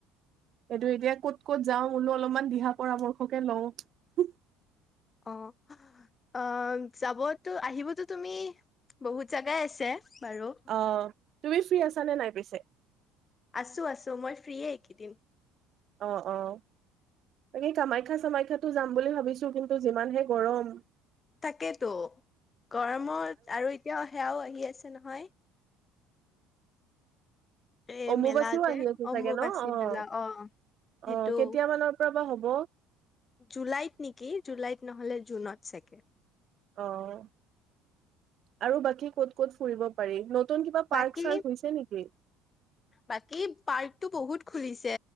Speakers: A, on the right; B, on the left.
A: এইটো এতিয়া ক'ত ক'ত যাওঁ বোলো অলপমান দিহা পৰামৰ্শকে লওঁ।
B: অ', অ', যাবতো আহিবতো তুমি বহুত জাগাই আছে। বাৰু
A: অ তুমি ফ্ৰী আছানে নাই পিছে?
B: আছো আছো মই ফ্ৰী একেইদিন।
A: অ', অ', তাকে কামাখ্যা চামাখ্যাতো যাম বুলি ভাবিছো কিন্তু যিমানহে গৰম।
B: তাকেতো গৰমত আৰু এতিয়া সেয়াও আ কি আছে নহয়। এ
A: অমুবাচীও
B: মেলা যে
A: আহি আছে
B: অম্বুবাচী
A: চাগে ন অ',
B: মেলা সেইটো
A: অ', কেতিয়ামানৰ পৰা বা হ'ব ব।
B: জুলাইত নেকি জুলাইত নহ'লে জুনত চাগে।
A: অ', আৰু বাকী ক'ত ক'ত ফুৰিব পাৰি কিবা পাৰ্ক
B: বাকী
A: চাৰ্ক হৈছে নেকি
B: বাকী পাৰ্কতটো বহুত খুলিছে